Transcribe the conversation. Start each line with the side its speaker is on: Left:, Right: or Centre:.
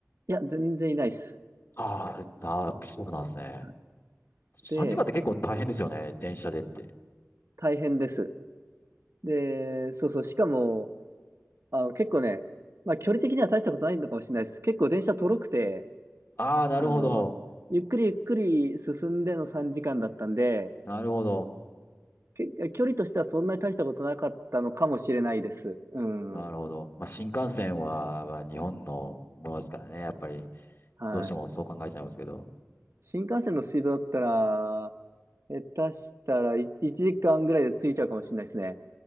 Right: や、全然いないです。
Left: あーあー、そうなんですね。
Right: はい
Left: 3時間って結構大変ですよね。
Right: で、
Left: 電車でって。
Right: 大変です。で、そうそう、しかも、あの、結構ね、まあ距離的には大したことないのかもしれないです。結構電車とろくて、
Left: ああ、なるほど。
Right: あの、ゆっくりゆっくり進んでの3時間だったんで、
Left: なるほど。
Right: け距離としてはそんなに大したことなかったのかもしれないです。うん。
Left: なるほど。まあ、新幹線は、まあ、日本のものですからね。やっぱり、
Right: はい。
Left: どうしてもそう考えちゃいますけど。
Right: 新幹線のスピードだったら、下手したらい1時間ぐらいで着いちゃうかもしれないですね。